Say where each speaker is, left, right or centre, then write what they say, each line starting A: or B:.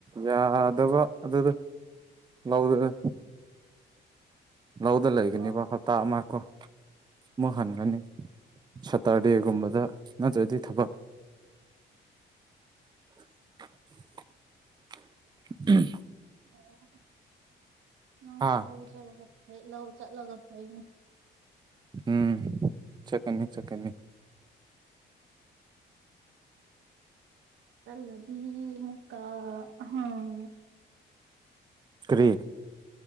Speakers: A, on the right; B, on the right.
A: ꯌꯥꯗꯕ ꯑꯗꯨꯗ ꯉꯗꯅ ꯂꯧꯗ ꯂꯩꯒꯅꯤꯕ
B: ꯑꯣ
A: ꯍꯞꯇꯥ ꯑꯃꯀꯣ ꯑꯃꯨꯛ ꯍꯟꯒꯅꯤ ꯁꯇꯔꯗꯦꯒꯨꯝꯕꯗ ꯅꯠꯇ꯭ꯔꯗꯤ ꯊꯕꯛ <inaudible>
B: ꯑꯣ ꯅꯪꯒꯤ
A: ꯍꯥ
B: ꯂꯧ ꯆꯔ ꯍꯠ ꯂꯧ ꯆꯠꯂꯒ ꯐꯩꯅꯤ
A: ꯎꯝ ꯆꯀ ꯆꯀ <inaudible>
B: ꯆꯜꯂꯗꯤ ꯃꯨꯀꯥ ꯑꯝ
A: ꯀ꯭ꯔꯤ